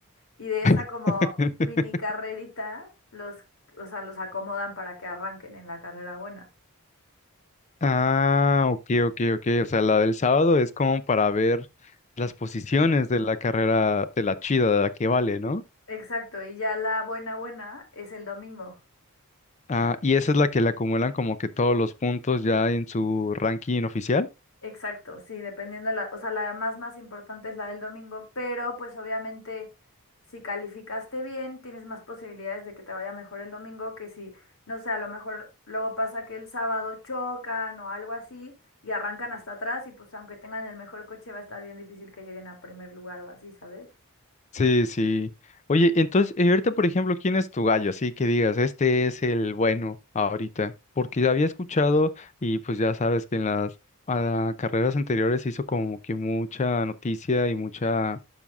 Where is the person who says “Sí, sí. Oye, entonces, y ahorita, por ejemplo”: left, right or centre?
Left